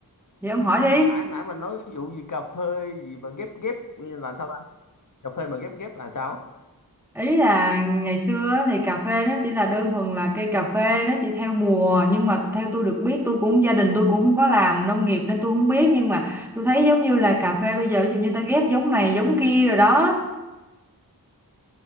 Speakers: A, in the centre; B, on the left (about 50°).
A: vậy ông hỏi
B: Cái gì-
A: đi
B: mà Nãy nãy mà nói vụ gì cà phê gì mà ghép ghép là sao ta? Cà phê mà ghép ghép là sao?
A: ý là ngày xưa á, thì cà phê nó chỉ là đơn thuần là cây cà phê nó chỉ theo mùa nhưng mà theo tôi được biết tôi cũng gia đình tôi cũng không có làm nông nghiệp nên tôi không biết nhưng mà tôi thấy giống như là cà phê bây giờ ví dụ như ta ghép giống này giống kia rồi đó